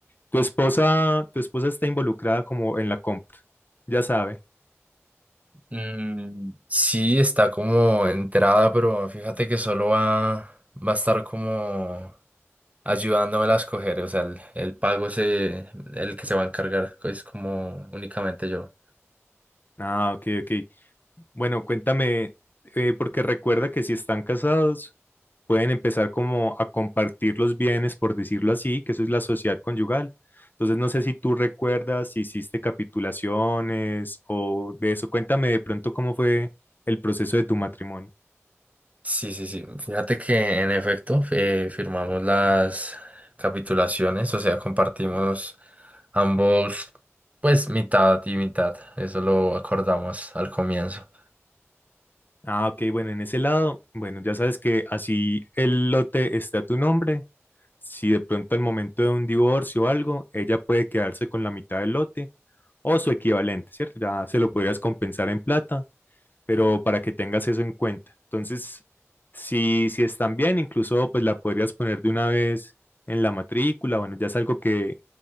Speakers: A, on the left; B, on the right.
A: Tu esposa, tu esposa está involucrada como en la compra, ya sabe.
B: Mm, sí, está como entrada, pero fíjate que solo va, va a estar como ayudándome a escoger. O sea, el, el pago se, el que se va a encargar es como únicamente yo.
A: Ah, ok, ok. Bueno, cuéntame, eh, porque recuerda que si están casados, pueden empezar como a compartir los bienes, por decirlo así, que eso es la sociedad conyugal. Entonces, no sé si tú recuerdas si hiciste capitulaciones o de eso. Cuéntame de pronto cómo fue el proceso de tu matrimonio.
B: Sí, sí, sí. Fíjate que en efecto eh, firmamos las capitulaciones, o sea, compartimos ambos, pues mitad y mitad. Eso lo acordamos al comienzo.
A: Ah, ok, bueno, en ese lado, bueno, ya sabes que así el lote está a tu nombre, Si de pronto al momento de un divorcio o algo, ella puede quedarse con la mitad del lote o su equivalente, ¿cierto? Ya se lo podrías compensar en plata, pero para que tengas eso en cuenta. Entonces, si, si están bien, incluso pues la podrías poner de una vez en la matrícula. Bueno, ya es algo que,